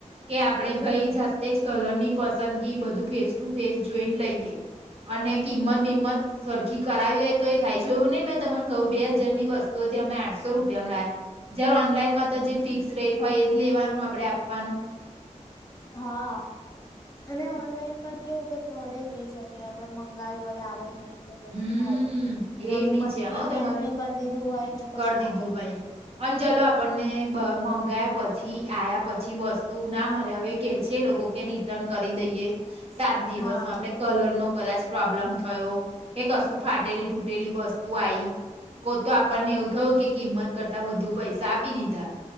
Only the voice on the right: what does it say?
કે આપડે ભાઈ જાતે જ કલર પસંદગી બધું ફેસ ટુ ફેસ જોઈ લઈએ અને કિંમત બિમત સરખી કરાવી હોય તો એ થાય એવું નહી મેં તમને કહું બે હજારની વસ્તુ હતી અમે આઠસો રૂપિયામાં લાયા જયાર ઓનલાઈનમાં તો જે ફિક્સ રેટ હોય એ જ લેવાનું આપણે આપવાનું
હમ
એ
બી
છે
હા તમારે
કરી દીધું
હોય
અને ચલો આપણને મંગાયા પછી આયા પછી વસ્તુ ના મળે હવે એ કે છે લોકો કે રિટર્ન કરી દઈએ સાત દિવસમાં
આપણે કલરનો કદાચ પ્રોબ્લમ થયો કે કશું ફાટેલી તૂટેલી વસ્તુ આઈ કો તો આપણને એવું થયું કે કિંમત કરતા વધુ પૈસા આપી દીધા